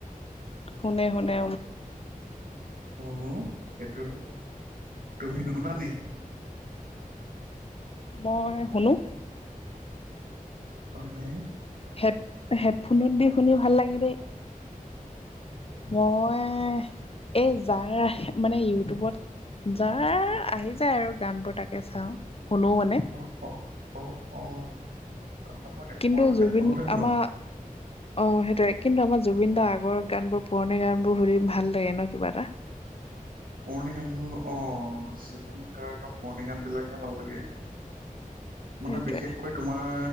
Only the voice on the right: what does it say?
অ' সেইটোৱেটো তুমি নুশুনা নেকি?
হয়নে।
অ, অ অ মই
মইতো হেডফোনতে
শুনো
পুৰণি গানবোৰ অ জুবিন গাৰ্গৰ পুৰণি গান বিলাকে ভাল লাগে।
মানে বিশেষকৈ তোমাৰ